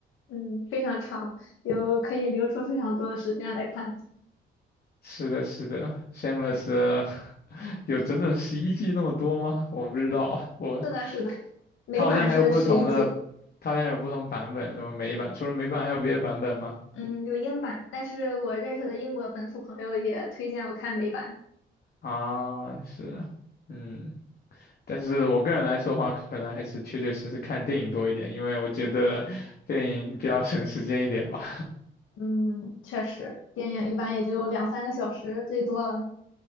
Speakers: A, on the left; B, on the left.
A: 嗯，非常长，有可以留出非常多的时间来看。
B: 是的，是的，Shameless <laughs> 有整整十一季那么多吗？我不知道，我
A: 是的，是的，美版是十一集，
B: 它好像还有不同的，它好像有不同版本，什么美版，除了美版还有别的版本吗？
A: 嗯，有英版，但是我认识的英国本土朋友也推荐我看美版。
B: 啊，是的，嗯，但是我个人来说的话，可能还是确确实实看电影多一点，因为我觉得电影比较省时间一点吧。
A: 嗯，确实，电影一般也就两三个小时最多了。